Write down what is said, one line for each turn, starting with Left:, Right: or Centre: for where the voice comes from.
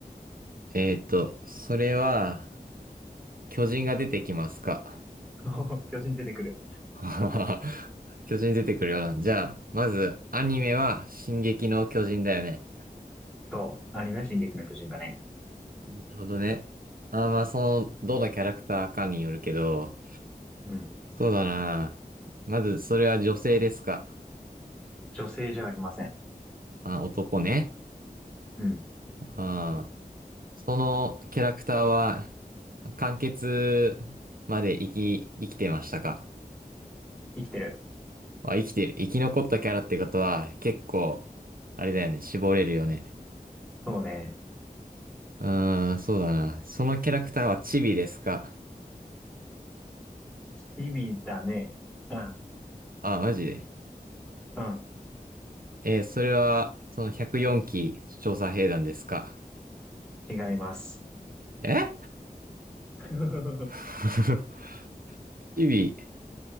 Right: えっと、それは、巨人が出てきますか。
Centre: <laughs> そう巨人出てくる。
Right: <laughs> 巨人出てくるような。じゃあ、まず、アニメは、進撃の巨人だよね。
Centre: そう。アニメは進撃の巨人だね。
Right: なるほどね。あー、まあ、その、どのキャラクターかによるけど、
Centre: うん。
Right: そうだな。まず、それは女性ですか。
Centre: 女性じゃありません。
Right: あ、男ね。
Centre: うん。
Right: あー、そのキャラクターは、完結まで生き、生きてましたか
Centre: 生きてる。
Right: あ、生きてる。生き残ったキャラってことは、結構、あれだよね。絞れるよね。
Centre: そうね。
Right: うーん、そうだな。そのキャラクターはチビですか
Centre: チビだね。うん。
Right: あ、マジで。
Centre: うん。
Right: えーそれは、その104期調査兵団ですか
Centre: 違います。
Right: え
Centre: <laughs>
Right: <laughs> チビ。